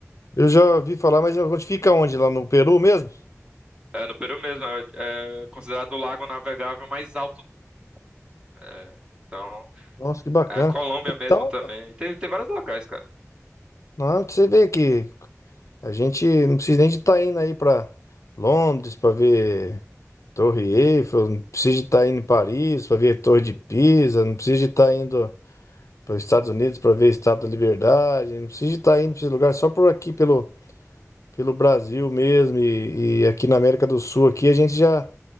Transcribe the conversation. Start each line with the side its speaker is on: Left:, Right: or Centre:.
Left: Eu já ouvi falar, mas onde fica onde? Lá no Peru mesmo?
Right: É, no Peru mesmo, é, é considerado o lago navegável mais alto do é, Então,
Left: Nossa, que bacana.
Right: a Colômbia
Left: Então,
Right: mesmo também.
Left: tá.
Right: Tem, tem vários locais, cara.
Left: Não, você vê que A gente não precisa nem de estar indo aí para Londres para ver Torre Eiffel, não precisa de estar indo em Paris para ver Torre de Pisa, não precisa de estar indo para os Estados Unidos para ver a Estátua da Liberdade, não precisa de estar indo para esse lugar só por aqui pelo, pelo Brasil mesmo e, e aqui na América do Sul aqui a gente já